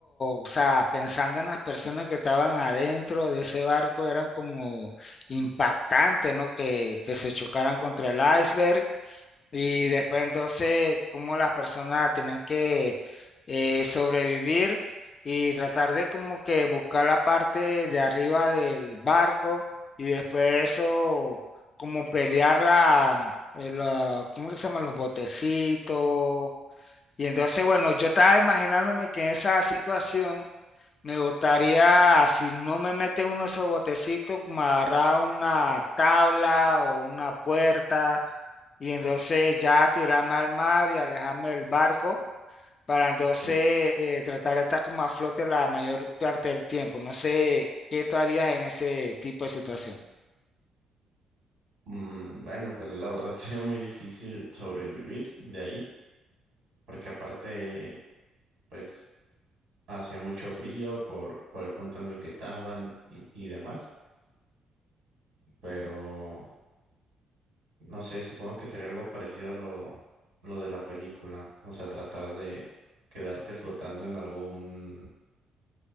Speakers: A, on the left; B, on the right.
A: o sea, pensando en las personas que estaban adentro de ese barco, eran como impactantes, ¿no? Que, que se chocaran contra el iceberg y después entonces cómo las personas tenían que eh, sobrevivir y tratar de como que buscar la parte de arriba del barco y después eso, como pelear la, eh, la- ¿cómo que se llama? Los botecitos y entonces, bueno, yo estaba imaginándome que en esa situación me gustaría, si no me meten uno de esos botecitos, como agarrar una tabla o una puerta y entonces ya tirarme al mar y alejarme del barco para entonces
B: eh,
A: eh, tratar de estar como a flote la mayor parte del tiempo. No sé qué tú harías en ese tipo de situación.
B: mm, Bueno, pues la verdad <laughs> sería muy difícil sobrevivir de ahí, porque aparte, pues hacía mucho frío por, por el punto en el que estaban y, y demás, pero no sé, supongo que sería algo parecido a lo, lo de la película, o sea, tratar de quedarte flotando en algún,